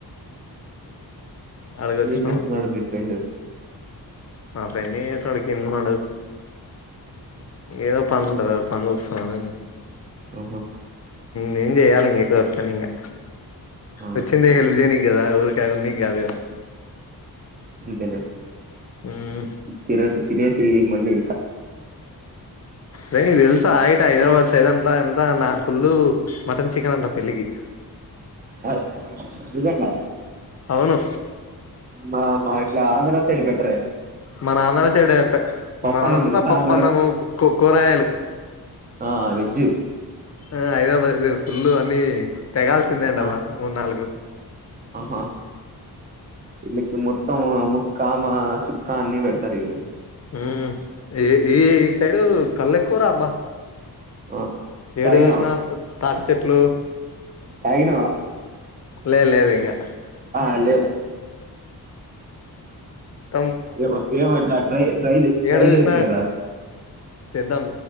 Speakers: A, on the left; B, on the right.
A: అడిగి వచ్చినాం
B: ఏన్ చేసన్నాడ మీ ఫ్రెండ్
A: ఆ ఫ్రెండ్ సడు కింధా ఉనాడు ఏ పను ఉంటద పని వస్తున్నాడు
B: ఆహా
A: నిందేయాలంగ ఇకు వర్స్తా నికా
B: ఆ
A: వచ్చిందే హ విజేనికినికి దా ఊరుకా మీ కాదుదా
B: థినా
A: మ్మ్
B: థినేసి థెనేసి <unintelligible> ఫ్రీ మండి
A: రే ఇది తెలుసా ఆయిట్ హైదరాబాద్ సైదంట ఎంత నా ఫుల్లు మటన్ చికెన్ అంట పెళ్లిగి
B: ఆ, నిజంగా
A: అవును
B: మా మా ఇట్లా ఆంధ్ర సైడ్ పెట్రే
A: మన ఆంధ్ర సైడ్ చెప్ప
B: పప్పన్నం
A: మనంతా
B: తెలుసా
A: పప్పన్నము
B: ఆంధ్ర
A: కూరయలు
B: ఆ వెజ్
A: ఆ హైదరాబాద్ ఇ ఫుల్లు అని తెగాల్సిందేండ
B: ఆ
A: అబ్వ్వ మూడు నాలుగు
B: ఆహా పెల్లి మొత్తం ముక్కా మా చుక్క అన్ని పెడతారు ఇల్లు
A: ఉమ్ ఈ ఈ ఈ సైడు కలు ఎకువారా ఆబ్బా
B: ఆ
A: ఏడు
B: తాగినవా
A: చూసినా తాటి చెట్లు
B: తాగినవా
A: లే లేదు ఇంకా
B: హలో
A: అ
B: ఏ ఏమట్లా ట్రై ట్రై ట్రై
A: ఏడు చూసినా
B: చేయొచ్చు కదా అ
A: చేద్దాం